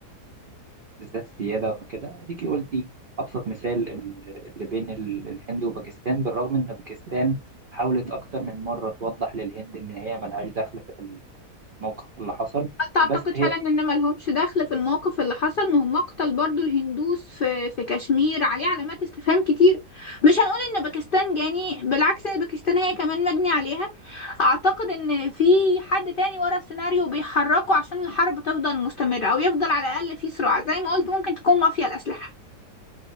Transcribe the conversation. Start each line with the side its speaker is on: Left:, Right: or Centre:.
Right: بالذات سيادة وكده اديكي قلتي ابسط مثال ال- اللي بين ال- الهند وباكستان بالرغم ان باكستان حاولت اكتر من مرة توضح للهند ان هي ملهاش دخل في الموقف اللي حصل
Left: هل تعتقد
Right: بس هي
Left: فعلا ان ملهمش دخل في الموقف اللي حصل ما هم قتل برضو الهندوس في في كشمير عليه علامات استفهام كتير مش هنقول ان باكستان جاني بالعكس ان باكستان هي كمان مجني عليها اعتقد ان في حد تاني ورا السيناريو بيحركه عشان الحرب تفضل مستمرة او يفضل على الاقل في صراع زي ما قلت ممكن تكون مافيا الاسلحة